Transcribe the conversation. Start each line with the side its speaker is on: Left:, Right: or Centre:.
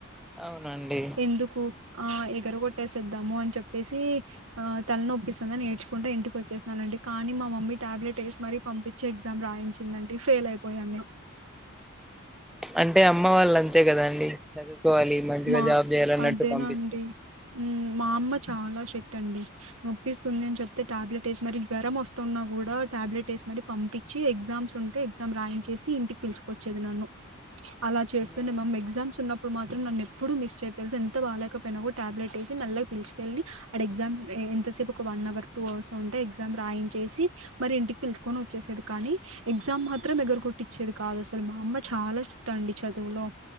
Centre: అవునండి
Right: ఎందుకు ఆ ఎగర కొట్టేసేద్దాము అని చెప్పేసి ఆ తలనొప్పిందని నేర్చుకుంటే ఇంటికి వచ్చేసానండి కానీ మా మమ్మీ టాబ్లెట్ వేసి మరీ పంపించి ఎగ్జామ్ రాయించిందండి ఫెయిల్ అయిపోయాను
Centre: అంటే అమ్మ వాళ్ళ అంతే కదా అండి చదువు కోవాలి మంచిగా
Right: మా
Centre: జాబ్ చేయాలన్నట్టు
Right: అదేనండి
Centre: పంపిస్తారు
Right: మా అమ్మ చాలా షెట్ అండి నొప్పిస్తుంది అని చెప్తే టాబ్లెట్ వేసి మరరి జ్వరం వస్తున్నా కూడా టాబ్లెట్ వేసి మర పంపించి ఎగ్జామ్స్ ఉంటే ఎగ్జామ్ రాయించేసి ఇంటికి పిలుచుకొచ్చేది నన్ను అలా చేస్తుండే
Centre: నే
Right: మమ్ ఎగ్జామ్స్ ఉన్నప్పుడు మాత్రం నన్ను న ఎప్పుడు మిస్ చేయ తెలుసు ఎంత బాాలలేకపోయినా కూడా టాబ్లెట్ వేసి మళ్ళలగా పిలిచుకెళ్ళలి ఆడ ఎగ్జామ్ ఎంతసేపు ఒక వన్ అవర్ టూ అవర్స్ ఉంటే ఎగ్జామ్ రాయించేసి మరి ఇంటికి పిలుచకొని వచ్చేసేది కానీ ఎగ్జామ్ మాత్రం ఎగరగొట్టిచ్చేది కాదు అసలు మా అమ్మ చాలా స్ట్రీట్ అండి చదువులో